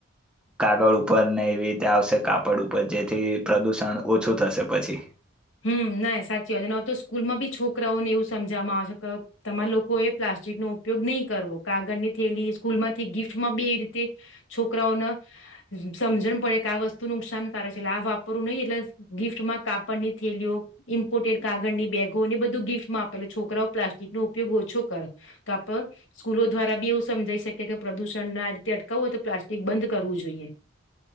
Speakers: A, in the centre; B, on the left (about 80°).
A: કાગળ ઉપર ને એવી રીતે આવશે કાપડ ઉપર જેથી પ્રદુષણ ઓછું થશે પછી
B: હમ ના સાચી વાત છે ને હવે તો સ્કૂલમાં બી છોકરાઓને એવું સમજવામાં આવે છે કે તમારા લોકો એ પ્લાસ્ટિકનોો ઉપયોગ નહી કરવો કાગળની થયેલી સ્કૂલ માંથી ગિફ્ટમાં બી એ રીતે છોકરાઓને સમજણ પડે કે આ વસ્તુ નુકસાનકારક છે એટલે આ વાપરવું નહી એટલે ગિફ્ટમાં કાપડની થલીઓ ઇમ્પોર્ટેડ કાગળની બેગો એને બધું ગિફ્ટમાં આપેલ છોકરાઓ પ્લાસ્ટિક નો ઉપયોગ ઓછો કર તો આપ સ્કૂલો દ્વારા બી એવું સમજાઈ શકીએ કે પ્રદુષણ આ રીતે અટકાવવું હોય તો પ્લાસ્ટિક બંધ કરવું જોઈએ.